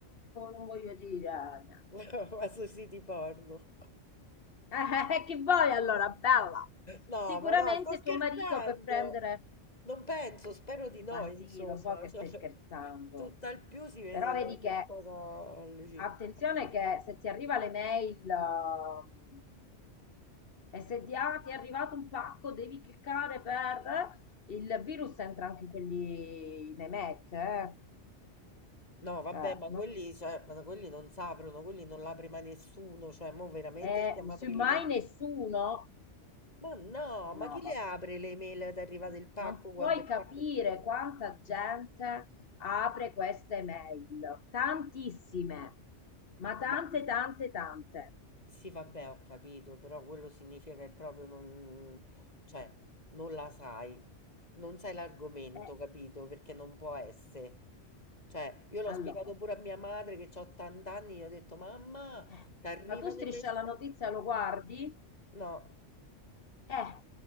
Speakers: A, on the left; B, on the left.
A: non voglio dire niente.
B: <laughs> ma sui siti porno.
A: Eh, che vuoi allora, bella?
B: No,
A: Sicuramente
B: ma no, sto scherzando.
A: tuo marito per prendere...
B: Non penso, spero di no,
A: Ma sì,
B: insomma.
A: lo so che
B: <laughs> Cioè,
A: stai scherzando,
B: tutt'al più si vede
A: però vedi
B: qualche
A: che,
B: cosa lì.
A: attenzione che se ti arriva l'email ehm, e se di- ah, ti è arrivato un pacco devi cliccare per... eh, Il virus entra anche in quelli, nei Mac, eh?
B: No, vabbè,
A: Cioè,
B: ma
A: non...
B: quelli, cioè, ma no, quelli non s'aprono, quelli non l'apre mai nessuno, cioè, mo veramente
A: E
B: stiamo aprendo
A: semmai
B: le mail.
A: nessuno...
B: Ma no, ma
A: No,
B: chi le
A: vabbè.
B: apre le mail ad arrivare del pacco
A: Non
B: quando
A: puoi
B: il pacco...
A: capire quanta gente apre queste mail, tantissime, ma tante,
B: Ma
A: tante, tante.
B: Sì, vabbè, ho capito, però quello significa che proprio non, cioè, non la sai, non sai l'argomento,
A: Eh,
B: capito? Perché non può essere. Cioè, io l'ho
A: allora,
B: spiegato pure a mia madre che ha 80 anni, gli ho detto, mamma,
A: eh,
B: ti arrivano
A: ma tu striscia
B: i messaggi.
A: la notizia lo guardi?
B: No,
A: Eh,